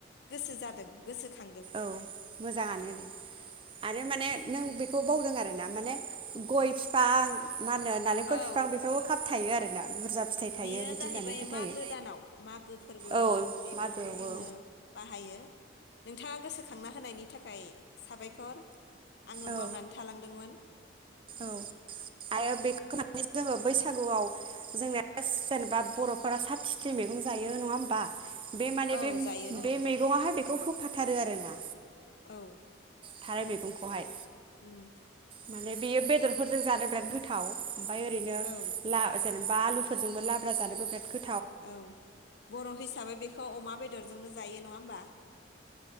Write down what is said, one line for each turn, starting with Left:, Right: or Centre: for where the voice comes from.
Left: गोसो जादों। गोसोखांदों
Right: औ मोजाङानो दे आरो माने नों बे खौ बावदों आरो ना माने गय फिफां मा होनो? नालेंखर
Left: औ
Right: फिफां बेफोरखौ खाबथायो आरोना। बुरजा फिथाइ थायो
Left: बेयो
Right: बिदि
Left: जाहैबाय
Right: होननानै फोथायो।
Left: मागो दानाव मागो फोरबोआव
Right: औ
Left: बेफोरखौ
Right: मागोआव
Left: जोङो
Right: औ
Left: बाहायो। नोंथाङा गोसोखांना होनायनि थाखाय साबायखर। आङो
Right: औ
Left: बावनानै थालांदोंमोन।
Right: औ आरो बेखौ माने जोङो बैसागुआव जोंनाया जेनेबा बर'फोरा साथिथि मैगं जायो नङा होमबा? बे माने
Left: औ
Right: बे
Left: जायो नोंथां
Right: बे मैगंआवहाय बेखौ हो फाथारो आरो ना।
Left: औ।
Right: थाराय मैगंखौहाय।
Left: उम।
Right: माने बेयो बेदरफोरजों जानो बिराद गोथाव। ओमफाय ओरैनो
Left: औ
Right: ला जेनेबा आलु। फोरजोंबो लाब्रा जानोबो बिराद गो
Left: औ बर' हिसाबै बेखौ अमा बेदरजोंनो जायो नङा होमबा?